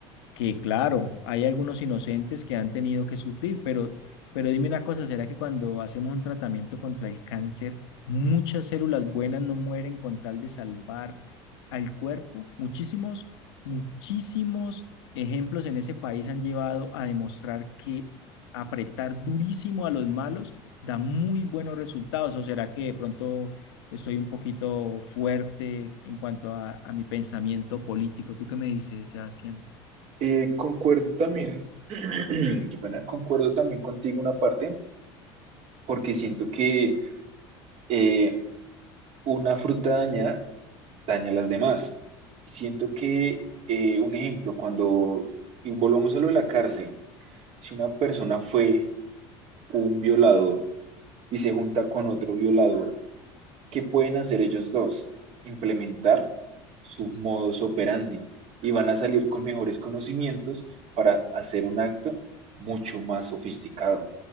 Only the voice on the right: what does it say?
Eh, concuerdo también, <clears throat> qué pena, concuerdo también contigo una parte, porque siento que eh, una fruta dañada daña a las demás. Siento que, eh, un ejemplo, cuando, y volvamos a lo de la cárcel, si una persona fue un violador y se junta con otro violador, ¿Qué pueden hacer ellos dos? Implementar su modus operandi y van a salir con mejores conocimientos para hacer un acto mucho más sofisticado.